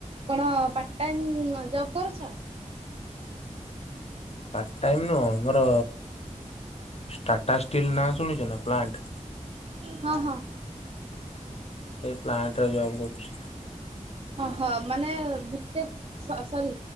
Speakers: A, on the right; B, on the left.
A: କଣ ପାର୍ଟ୍ ଟାଇମ୍ ଜବ କରୁଛ?
B: ପାର୍ଟ୍ ଟାଇମ୍ ନୁହଁ ଆମର ଟାଟାଷ୍ଟିଲ୍ ନାଁ ଶୁଣିଛ ନା ପ୍ଲାଣ୍ଟ୍
A: ହଁ ହଁ
B: ସେଇ ପ୍ଲାଣ୍ଟ୍ ରେ ଜବ୍ କରୁଚି।
A: ହଁ ହଁ ମାନେ ବିଟେକ୍ ସରି